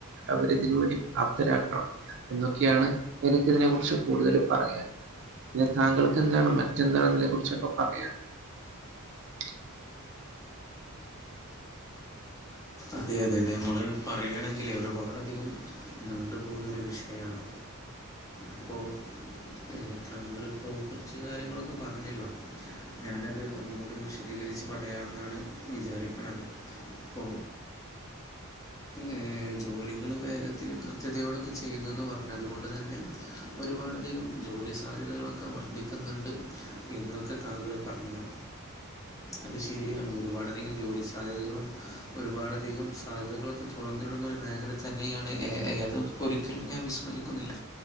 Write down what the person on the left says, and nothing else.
അതെ അതെ അതെ മ്മള് പറയാണെങ്കിൽ ഒരുപാടധികം നീണ്ടുപോവുന്ന ഒരു വിഷയമാണ്.
അപ്പോ ഉം താങ്കളിപ്പോ കുറച്ച് കാര്യങ്ങളൊക്കെ പറഞ്ഞല്ലോ ഞാനത് ഒന്നുകൂടി വിശദീകരിച്ച് പറയാമെന്നാണ് വിചാരിക്ക്ണത് അപ്പോ ഏ ജോലികള് വേഗത്തിലും കൃത്യതയോടൊക്കെ ചെയ്യുന്നൂന്ന് പറഞ്ഞതുകൊണ്ട് തന്നെ ഒരു പാട്ധികം ജോലി സാധ്യതകളൊക്കെ വർദ്ധിക്കുന്നുണ്ട് എന്നൊക്കെ താങ്കൾ പറഞ്ഞു
അത് ശരിയാണ് ഒരുപാടധികം ജോലി സാധ്യതകളും ഒരുപാടധികം സാധ്യതകളും തൊറന്നിടുന്നൊരു മേഖല തന്നെയാണ് എ ഐ അത് ഒരിക്കലും ഞാൻ വിസ്മരിക്കുന്നില്ല